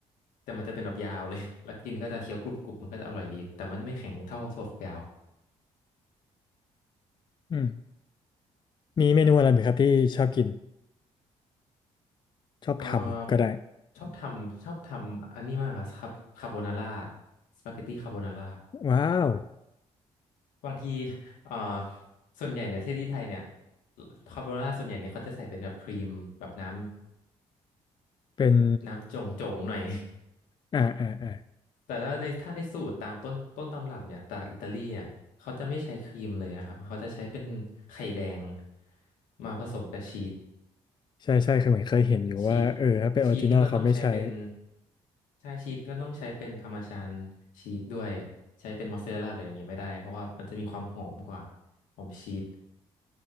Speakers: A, on the left (about 85°); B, on the left (about 35°).
A: แต่มันจะเป็นแบบยาวเลย <laughs> แล้วกินก็จะเคี้ยวกรุบกรุบมันก็จะอร่อยดี แต่มันไม่แข็งเท่าถั่วฝักยาว
B: อืมมีเมนูอะไรไหมครับที่ชอบกินชอบทำก็ได้
A: เออชอบทำชอบทำอันนี้มากครับคาโบนาร่าสปาเกตตี้คาโบนาร่า
B: ว้าว
A: บางทีเออส่วนใหญ่เนี่ยที่ที่ไทยเนี่ยคาโบนาร่าส่วนใหญ่เนี่ยเขาจะใส่เป็นแบบครีมแบบน้
B: เป็น
A: ำน้ำจงจงๆหน่อย <laughs>
B: อ่าอ่าอ่า
A: แต่ถ้าในถ้าในสูตรตามต้นต้นตำรับเนี่ยจากอิตาลีเนี่ยเขาจะไม่ใช้ครีมเลยนะครับเขาจะใช้เป็นไข่แดงมาผสมกับชีส
B: ใช่ใช่คือเหมือนเคยเห็นอยู่ว่าเออถ้าเป็นออริจินอลเขาไม่ใช้
A: ชีสชีสนี่ก็ต้องใช้เป็นใช่ชีสก็ต้องใช้เป็นพาร์มาชานชีสด้วยใช้เป็นมอสซาเรลล่าอะไรอย่างเงี้ยไม่ได้เพราะว่ามันจะมีความหอมกว่าหอมชีส